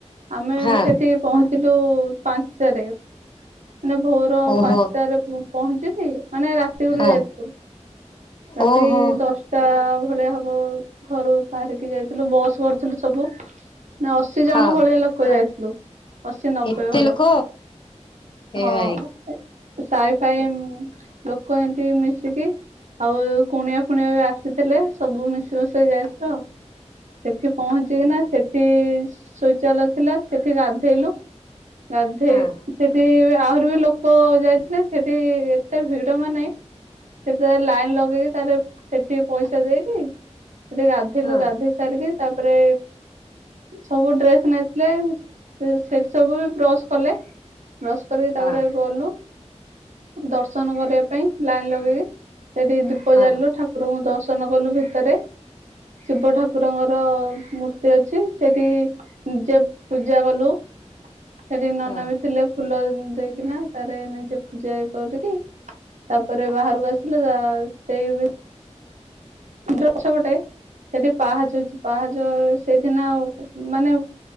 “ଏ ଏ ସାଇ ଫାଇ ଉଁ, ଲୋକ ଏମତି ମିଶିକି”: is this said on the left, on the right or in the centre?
Right